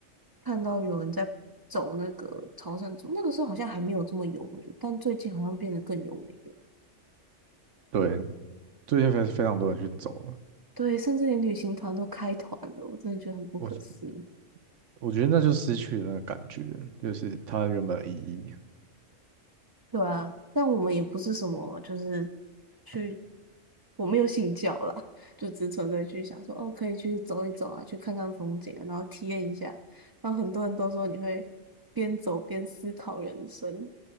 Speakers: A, on the right (about 30°); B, on the right (about 70°).
A: 看到有人在走那个朝圣之路，那个时候好像还没有这么有名，但最近好像变得更有名了。
B: 对，最近非非常多人去走了，
A: 对，甚至连旅行团都开团了，我真的觉得很不可思议。
B: 我我觉得那就失去了那个感觉，就是它原本的意义。
A: 对啊，但我们也不是什么，就是去，我没有信教啦，就只纯粹去想说，哦，可以去走一走啊，去看看风景啊然后体验一下。然后很多人都说你会边走边思考人生，